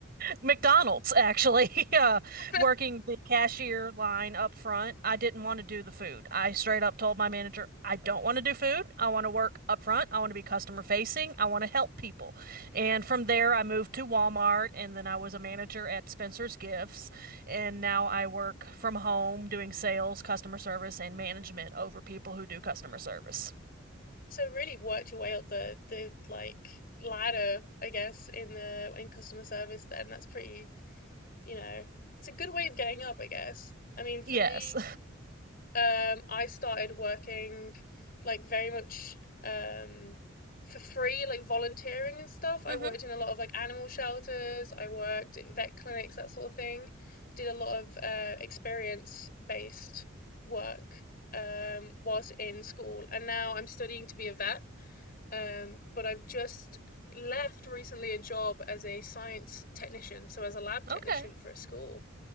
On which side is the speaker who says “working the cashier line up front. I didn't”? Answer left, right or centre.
Right